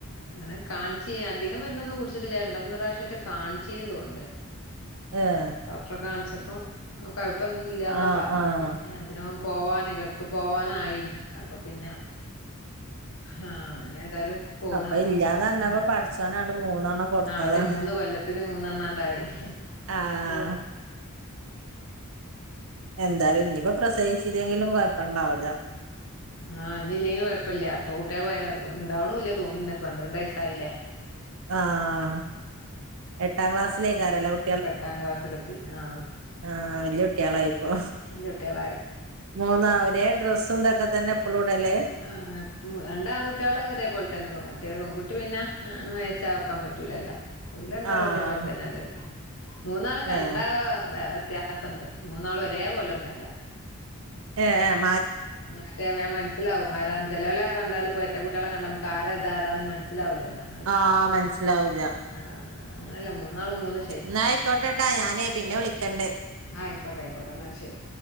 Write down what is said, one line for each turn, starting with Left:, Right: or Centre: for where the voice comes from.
Left: അങ്ങനെ കാണിച്ചിന് അധികം മര്ന്നൊന്നും കുട്ച്ച്ട്ടില്ല രണ്ടുമൂന്ന് പ്രാവിശ്യെറ്റെ കാണിച്ചിന്ന് തോന്ന്ണ്ട്
Right: ഏഹ്
Left: ഡോക്ടറെ കാണിച്ചപ്പം കൊഴപ്പൊന്നുല്ലന്നാ
Right: ആഹ്
Left: പറഞ്ഞിണ്ട്
Right: ആഹ്
Left: പിന്നോം പോവാന് ഗൾഫ് പോവാനായിന് അപ്പൊ പിന്നെ ആഹ് അങ്ങനെതായാലും പോണ
Right: അപ്പൊ
Left: കൊർച്ചെ
Right: ഇല്ലാന്ന്
Left: ആഹ്
Right: പറഞ്ഞപ്പോ പടച്ചോനാണ്ട് മൂന്നെണ്ണം കൊടുത്തതാണ്
Left: മറ്റേ മൂന്ന് കൊല്ലത്തിന് മൂന്നെണ്ണണ്ടായി
Right: ആഹ്
Left: ഉം
Right: എന്തായാലും ഞ്ഞിപ്പോ പ്രസവിച്ചില്ലെങ്കിലും കൊഴപ്പണ്ടാവൂല
Left: ആഹ് ഞ്ഞില്ലെങ്കിലും കൊയ്പ്പല്ല പ്പൊ കുട്ട്യാ ണ്ടാവണൂല്ല തോന്ന്ണ് പന്ത്രണ്ട് വയസായില്ലേ
Right: ആഹ് എട്ടാം ക്ലാസ്സിലേക്കാരാല്ലെ കു
Left: ഇപ്പെട്ടാം ക്ലാസ്സിലെത്തി ആഹ്
Right: ആഹ് വെല്യ കുട്ട്യാളായിപ്പൊ
Left: അഞ്ച് കുട്ടികളായി
Right: മൂന്നാ ഒരേ ഡ്രസ്സും തൊക്കെ തെന്നെ ഇപ്പളും ഇടല്-
Left: ആഹ് മ് രണ്ട് ആൺകുട്ട്യാള് ഒരേപോലെത്തെന്നെ മറ്റേ പെൺകുട്ടി പിന്നെ മാച്ചാക്കാൻ പറ്റൂലല്ലോ ഓല് രണ്ടാളും
Right: ആഹ്
Left: ഒരേപോൽ ത്തെന്നെ ഇടല് മൂന്നാളും കണ്ടാ
Right: ഏഹ്
Left: വ്യത്യാ സണ്ട് മൂന്നാളും ഒരേ പോലൊന്നും അല്ല
Right: ഏ എം
Left: മറ്റേ മേം മൻസ് സിലാവും ആരാന്ന് ചെലോലെ കണ്ടാല് പ്പൊ എരട്ട കുട്ട്യാളെ കണ്ടാല് ആരാ ഇതാരാ മൻസ്സിലാവൂലല്ലോ
Right: ആഹ് മൻസ്സിലാവൂല്ല
Left: ആഹ് ആഹ് അങ്ങനല്ല മൂന്നാളും മൂന്ന്-
Right: ന്നാ അയ്ക്കോട്ടെ ട്ടോ ഞാനേ പിന്നെ വിളക്കണ്ട്
Left: അയ്ക്കോട്ടെ അയ്ക്കോട്ടെ ന്നാ ശെരി